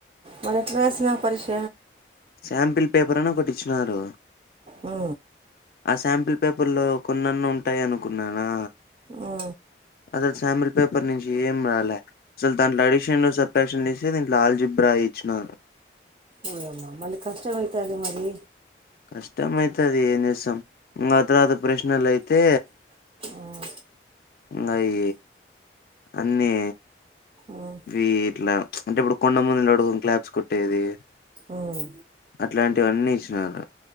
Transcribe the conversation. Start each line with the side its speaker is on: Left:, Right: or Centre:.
Right: మరి ఎట్ల రాసినావ్ పరీక్ష
Left: శాంపిల్ పేపర్ అని ఒకటి ఇచ్చినారు
Right: ఆ
Left: ఆ శాంపిల్ పేపర్లో కొన్నన్న ఉంటాయి అనుకున్నానా
Right: ఆ
Left: అసలు శాంబల్ పేపర్ నుంచి ఏం రాలే అసలు దాంట్లో అడిషన్లు సబ్ట్రాక్షన్ చేసి దీంట్లో ఆల్జీబ్రా ఇచ్చినాను
Right: ఓయ్యమ మళ్ళీ కష్టమైతాదె మరి
Left: కష్టం అయితే అది ఏం చేస్తాం ఇంకా తర్వాత ప్రశ్నలు అయితే
Right: ఉమ్,
Left: ఇంగఈ అన్నీ
Right: ఉమ్,
Left: ఇ ఇట్లా చ్ అంటే ఇప్పుడు కొండ ముందుడుకు క్లలాబ్స్ కొట్టేది
Right: ఉమ్,
Left: అట్లాంటివన్నీ ఇచ్చినారు